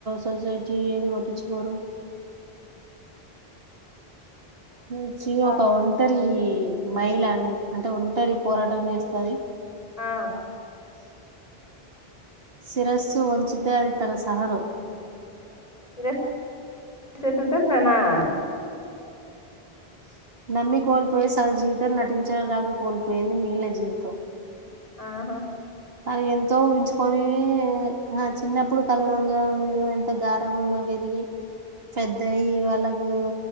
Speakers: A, on the right; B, on the left.
A: సొసైటీ ఏది పట్టించుకోరు మంచిగా
B: ఆ
A: ఒక ఒంటరి మైల అన్నట్టు అంటే ఒంటరి పోరాటం చేస్తది
B: ఆ
A: శిరస్ వంచితే అది తన సహన
B: <unintelligible>
A: నమ్మి కోల్పోయి సగ జీవితాన్ని నటించడం రాక కోల్పోయింది మిగిలిన జీవితం.
B: ఆహా!
A: తను ఎంతో ఉహించుకొని అహ చిన్నప్పుడు తల్లిదండ్రుల మీద ఎంత గారాబంగా పెరిగి పెద్దయ్యి వాళ్ళకు